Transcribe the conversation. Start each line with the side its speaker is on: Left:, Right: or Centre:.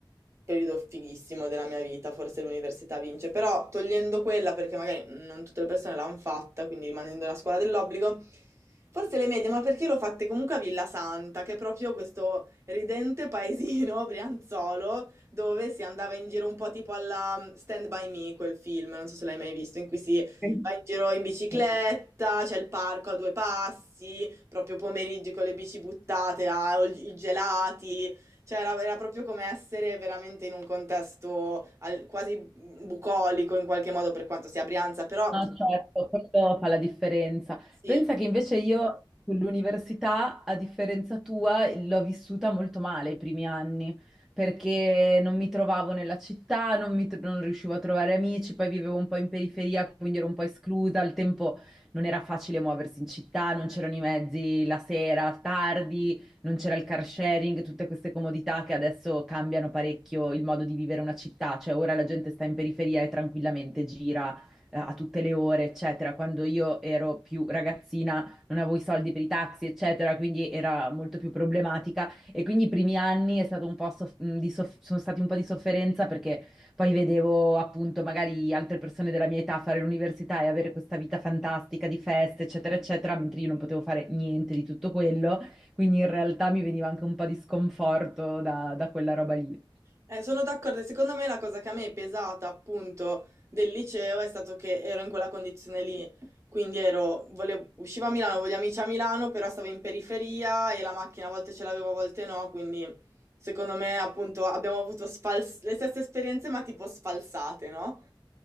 Right: periodo fighissimo della mia vita, forse l'università vince, però togliendo quella perché magari non tutte le persone l'hanno fatta, quindi rimanendo la scuola dell'obbligo, forse le medie, ma perché l'ho fatte comunque a Villa Santa, che è proprio questo ridente paesino <laughs> brianzolo dove si andava in giro un po' tipo alla Stand By Me, quel film, non so se l'hai mai visto, in cui si
Centre: sì,
Right: va in giro in bicicletta,
Centre: sì.
Right: c'è il parco a due passi, proprio pomeriggi con le bici buttate, ah, o i gelati. Cioè, era, era proprio come essere veramente in un contesto al- quasi bucolico in qualche modo, per quanto sia Brianza, però
Centre: No, certo, quello fa la differenza.
Right: sì,
Centre: Pensa che invece io sull'università, a differenza tua, l'ho vissuta molto male i primi anni, perché non mi trovavo nella città, non, mi tro- non riuscivo a trovare amici, poi vivevo un po' in periferia, quindi ero un po' esclusa. Al tempo non era facile muoversi in città, non c'erano i mezzi la sera, tardi, non c'era il car sharing, tutte queste comodità che adesso cambiano parecchio il modo di vivere una città. Cioè ora la gente sta in periferia e tranquillamente gira eh, a tutte le ore, eccetera. Quando io ero più ragazzina non avevo i soldi per i taxi, eccetera, quindi era molto più problematica. E quindi i primi anni è stato un po' soff- mh, di soff- sono stati un po' di sofferenza perché poi vedevo appunto magari altre persone della mia età fare l'università e avere questa vita fantastica di feste, eccetera, eccetera, mentre io non potevo fare niente di tutto quello. Quindi in realtà mi veniva anche un po' di sconforto da, da quella roba lì.
Right: Eh, sono d'accordo. e Secondo me la cosa che a me è pesata appunto del liceo è stato che ero in quella condizione lì. Quindi ero, volevo, uscivo a Milano, avevo gli amici a Milano, però stavo in periferia e la macchina a volte ce l'avevo, a volte no, quindi Secondo me, appunto, abbiamo avuto sfals- le stesse esperienze, ma tipo sfalsate, no?